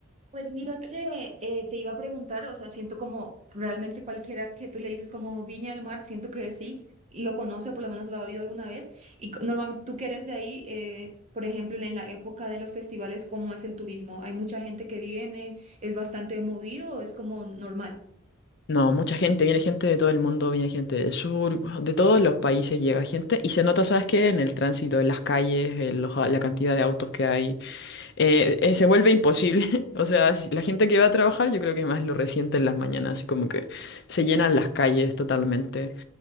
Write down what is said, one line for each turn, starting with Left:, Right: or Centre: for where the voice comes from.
Right: Pues mira que eh, te iba a preguntar, o sea, siento como realmente cualquiera que tú le dices como Viña del Mar, siento que sí, lo conoce, por lo menos lo ha oído alguna vez. Y co- normalmente tú que eres de ahí, eh, por ejemplo, en la época de los festivales, ¿cómo es el turismo? ¿Hay mucha gente que viene? ¿Es bastante movido o es como normal?
Left: No, mucha gente, viene gente de todo el mundo, viene gente del sur, bueno, de todos los países llega gente y se nota, ¿sabes qué? En el tránsito, en las calles, en los- la cantidad de autos que hay. eh, eh, se vuelve imposible. <laughs> O sea, si- la gente que va a trabajar, yo creo que más lo resiente en las mañanas, así como que se llenan las calles totalmente.